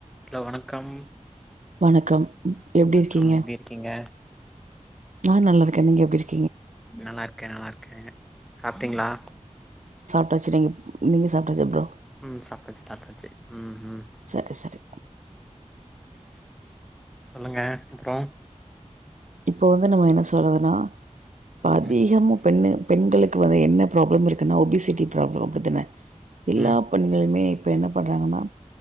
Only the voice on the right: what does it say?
வணக்கம் எப்டி
இருக்கீங்க
நா நல்ல இருக்கன் நீங்க எப்படி <unintelligible>
ச்சங்க நீங்க சாப்பிடச்ச ப்ரோ
சரி சரி
இப்போ வந்து நம்ம என்ன சொல்றதுன்னா அதிகம
பெண்ணு பெண்களுக்கு வந்து என்ன ப்ராப்ளம் இருக்குனா ஒபிசிட்டி பிரச்சனை அப்படித்தானா எல்லாப்
பணிகளுமே இப்ப என்ன பண்றாங்கன்னா